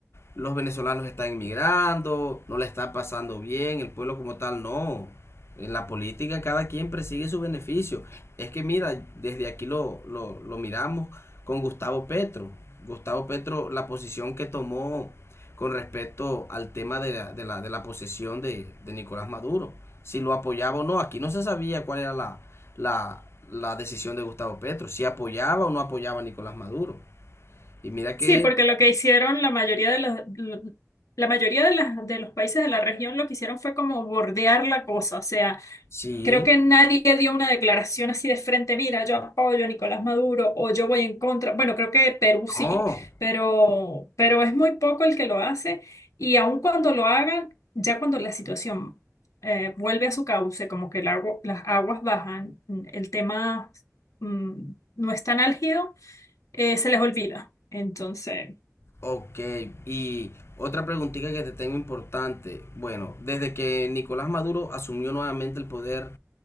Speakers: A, on the left; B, on the left.
A: los venezolanos están emigrando no le está pasando bien, el pueblo como tal no. En la política cada quien persigue su beneficio. Es que mira, desde aquí lo, lo, lo miramos con Gustavo Petro. Gustavo Petro, la posición que tomó con respecto al tema de la, de la, de la posesión de, de Nicolás Maduro. Si lo apoyaba o no, aquí no se sabía cuál era la, la, la decisión de Gustavo Petro, si apoyaba o no apoyaba a Nicolás Maduro. Y mira
B: Sí,
A: que
B: porque lo que hicieron la mayoría de los, lo- la mayoría de las, de los países de la región lo que hicieron fue como bordear la cosa, o sea,
A: sí,
B: Creo que nadie dio una declaración así de frente, mira, yo apoyo a Nicolás Maduro o yo voy en contra. Bueno, creo que Perú sí,
A: no,
B: pero, pero es muy poco el que lo hace y aun cuando lo hagan, ya cuando la situación eh, vuelve a su cauce, como que el agu- las aguas bajan, mm, el tema mm, no es tan álgido, eh, se les olvida. Entonces,
A: Ok, y otra preguntita que te tengo importante. Bueno, desde que Nicolás Maduro asumió nuevamente el poder,